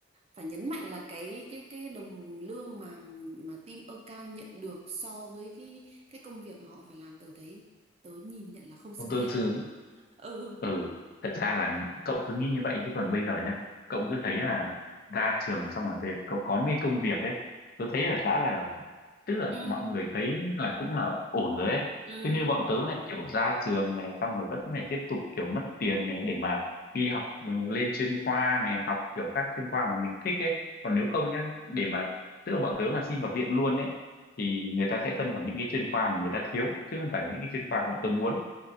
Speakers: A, on the right; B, on the left.
A: phải nhấn mạnh là cái cái cái đồng lương mà mà team ơ cao nhận được so với cái cái công việc mà họ phải làm tớ thấy tớ nhìn nhận là không xứng
B: không tương
A: đáng
B: xứng
A: <laughs> ừ
B: ừ thật ra là cậu cứ nghĩ như vậy chứ còn bây giờ nhá cậu cứ thấy là ra trường xong rồi về cậu có mấy công việc ấy tôi thấy là đã là tức là
A: ừ
B: mọi người thấy là cũng là ổn rồi ấy
A: ừ
B: thế như bọn tớ này kiểu ra trường này xong rồi vẫn phải tiếp tục kiểu mất tiền này để mà đi học ừ, lên chuyên khoa này học kiểu các chuyên khoa mà mình thích ấy còn nếu không nhá để mà tức là bọn tớ mà xin vào viện luôn ấy thì người ta sẽ phân vào những cái chuyên khoa mà người ta thiếu chứ không phải là những cái chuyên khoa bọn tớ muốn